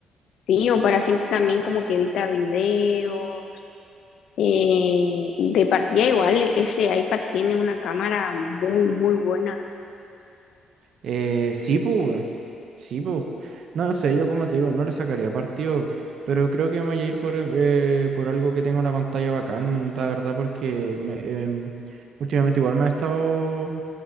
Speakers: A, on the left; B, on the right.
A: sí, o para gente también como que edita videos Eh, de partida igual, ese iPad tiene una cámara muy, muy buena.
B: Eh, sí, pues, weón. Sí, pues. No no sé, yo como te digo, no le sacaría partido, pero creo que me voy a ir por, eh, por algo que tenga una pantalla bacán, la verdad, porque me, em, últimamente igual me ha estado